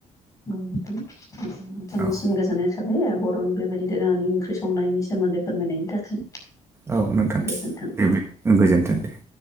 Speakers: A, on the left; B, on the right.
A: औ नोंथां नोंथांनिसिम
B: औ
A: गोजोननाय था थाबाय ओ बर'नि बेबायदि दोरोङानि ओंख्रि संनायनि सोमोन्दै फोरमायनायनि थाखाय।
B: औ नोंथां
A: गोजोन्थों
B: दे गोजोनथों दे।